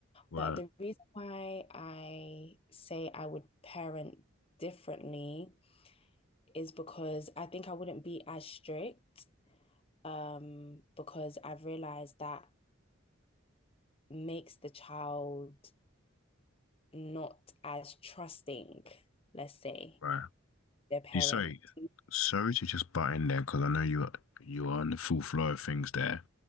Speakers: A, on the left; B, on the left.
A: Right.
B: But the reason why I say I would parent differently is because I think I wouldn't be as strict um, because I've realized that makes the child not as trusting, let's say,
A: Right.
B: their parents.
A: You sorry, sorry to just butt in there because I know you are you are on the full flow of things there.